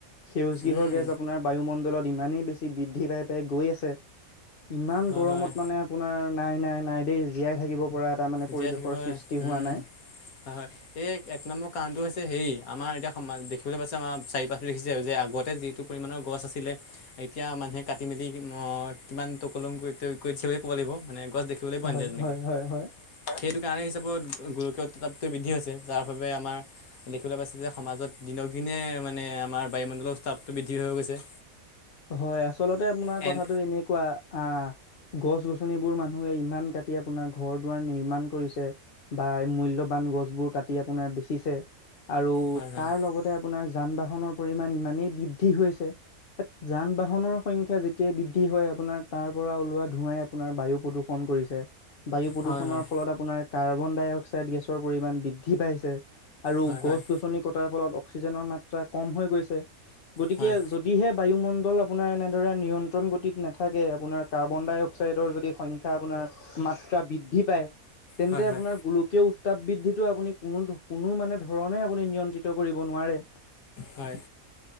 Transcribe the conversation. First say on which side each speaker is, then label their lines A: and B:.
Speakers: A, on the left; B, on the left.
A: সেউজ গৃহ
B: উম
A: গেছ আপোনাৰ বায়ুমণ্ডলত ইমানেই বেছি বৃদ্ধি পাই পাই গৈ আছে। ইমান
B: হয়
A: গৰমত
B: হয়
A: মানে আপোনাৰ নাই নাই নাই দেই জীয়াই থাকিব পৰা এটা মানে পৰিৱেশৰ
B: জীয়াই থাকিব
A: সৃষ্টি হোৱা
B: উম
A: নাই।
B: হয় হয় এই এক নম্বৰ কাৰণটো হৈছে হেৰি আমাৰ এতিয়া দেখিবলৈ পাইছে আমাৰ চাৰি কাষটো দেখিছে যে আগতে যিটো পৰিমাণৰ গছ আছিলে এতিয়া মানুহে কাটি মেলি অ কিমান টকলং কৰি থৈ গৈছে বুলিয়ে ক'ব লাগিব মানে গছ দেখিবলৈ পোৱা
A: হয়
B: নাযায় তেনেকে।
A: হয় হয় হয়
B: সেইটো কাৰণে হিচাপত গৰকীয়ত তাপটো বৃদ্ধি হৈছে যাৰ বাবে আমাৰ দেখিবলৈ পাইছে যে সমাজত দিনক দিনে মানে আমাৰ বায়ুমণ্ডলৰ স্তাপটো বৃদ্ধি হৈ গৈছে
A: হয় আচলতে আপোনাৰ
B: এন
A: কথাটো এনেকুৱা আহ গছ গছনিবোৰ মানুহে ইমান কাটি আপোনাৰ ঘৰ দুৱাৰ নিৰ্মাণ কৰিছে বা মূল্যবান। গছবোৰ কাটি আপোনাৰ বেচিছে আৰু
B: হয় হয়
A: তাৰ লগতে আপোনাৰ যান বাহনৰ পৰিমাণ ইমানেই বৃদ্ধি হৈছে যান বাহনৰ সংখ্যা যেতিয়াই বৃদ্ধি হয় আপোনাৰ তাৰ পৰা ওলোৱা ধোৱাই আপোনাৰ বায়ু প্ৰদূ্ষন কৰিছে বায়ু প্ৰদূষণৰ
B: হয়
A: ফলত আপোনাৰ কাৰ্বন ডাই অক্সাইড গেছৰ পৰিমাণ বৃদ্ধি পাইছে আৰু
B: হয় হয়
A: গছ
B: হয়
A: গছনি কটাৰ ফলত অক্সিজেনৰ মাত্ৰা কম হৈ গৈছে গতিকে
B: হয়
A: যদিহে বায়ুমণ্ডল আপোনাৰ এনেদৰে নিয়ন্ত্ৰণ গতিত নাথাকে আপোনাৰ কাৰ্বন ডাই অক্সাইডৰ যদি সংখ্যা আপোনাৰ মাত্ৰা বৃদ্ধি পায় তেন্তে
B: হয় হয়
A: আপোনাৰ গোলকীয় তাপ বৃদ্ধিটো আপুনি কোনো কোনো মানে ধৰণে আপুনি নিয়ন্ত্ৰিত কৰিব নোৱাৰে
B: হয়